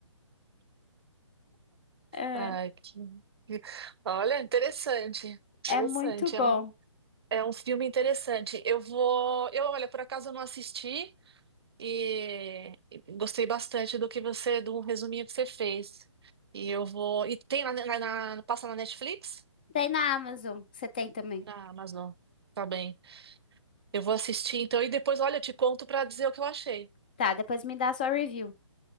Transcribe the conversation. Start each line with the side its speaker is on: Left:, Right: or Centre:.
Left: É,
Right: Ai, que... que- Olha, interessante.
Left: é
Right: Interessante.
Left: muito bom.
Right: É um, é um filme interessante. Eu vou. Eu, olha, por acaso eu não assisti. E e gostei bastante do que você, do resuminho que você fez. E eu vou. E tem na, na- na- passa na Netflix?
Left: Tem na Amazon, você tem também.
Right: Na Amazon. Tá bem. Eu vou assistir então e depois, olha, eu te conto pra dizer o que eu achei.
Left: Tá, depois me dá a sua review.